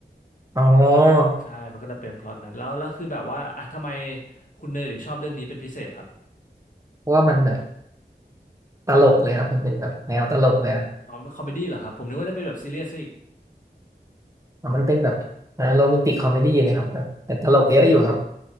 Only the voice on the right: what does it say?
อ๋อ
เพราะว่ามันแบบตลกเลยครับมันเป็นแบบแนวตลกเลยอะ
อ่ะมันเป็นแบบโรแมนติกคอมเมดี้เลยครับแบบแต่ตลกเยอะอยู่ครับ